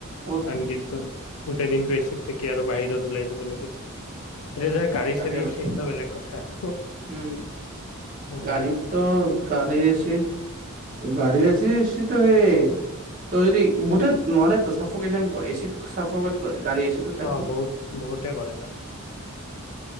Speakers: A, on the right; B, on the left.
A: উফ
B: কাৰন কিিন্তু গোটেই দিনটো এচিত কি আৰু বাহিৰত ওলাই যাব লাগে এতিয়া যাৰ গাড়ী
A: তাকেবাৰে
B: চাড়ী আছে সেইটো বেলেগ কথা আৰু
A: উম
B: গাড়ীত
A: গাড়ীৰতো
B: থাকি
A: গাড়ীৰ শীত গাড়ীৰ শীত হে ত যদি বুটে নোৱোৱাৰাৰে ত চাফকেশ্যন কৰে চীতাফত কৰে গাড়ী এচিটো চাবিচোন
B: অ বহুত বহুতে কৰে